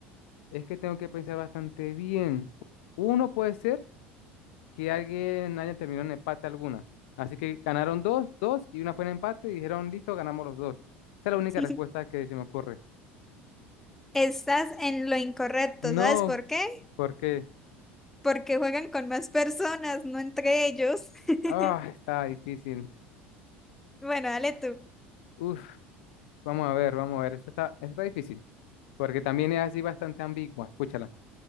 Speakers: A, on the left (about 75°); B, in the centre.
A: es que tengo que pensar bastante bien. Uno puede ser. que alguien haya terminado en empate alguna. Así que ganaron dos, dos y una fue en empate y dijeron, listo, ganamos los dos. Esa es la única
B: <laughs>
A: respuesta que se me ocurre.
B: Estás en lo incorrecto,
A: No,
B: ¿sabes por qué?
A: porque
B: Porque juegan con más personas, no entre ellos. <laughs>
A: ah, está difícil.
B: Bueno, dale tú.
A: Uf, vamos a ver, vamos a ver. Esta está, esta está difícil, porque también es así bastante ambigua. Escúchala.